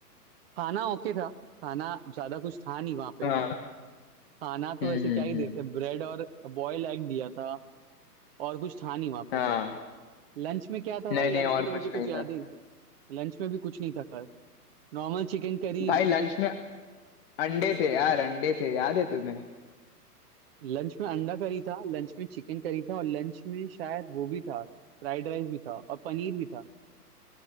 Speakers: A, on the right; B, on the left.
A: खाना ओके था खाना ज्यादा कुछ था नहीं वहां पे
B: हाँ
A: खाना तो
B: हम्म
A: वैसे
B: हम्म
A: क्या ही देते
B: हम्म
A: ब्रेड और बॉयल एग दिया था और कुछ था नहीं वहां
B: हाँ
A: पे लंच में क्या था
B: नहीं
A: भाई
B: नहीं
A: लंच
B: और
A: में तो मुझे
B: कुछ
A: कुछ
B: नहीं
A: याद
B: था
A: ही लंच में भी कुछ नहीं था खास नॉर्मल चिकन करी
B: भाई लंच में अंडे थे यार अंडे थे याद है तुम्हें
A: लंच में अंडा करी था लंच में चिकन करी था और लंच में शायद वो भी था फ्राइड राइस भी था और पनीर भी था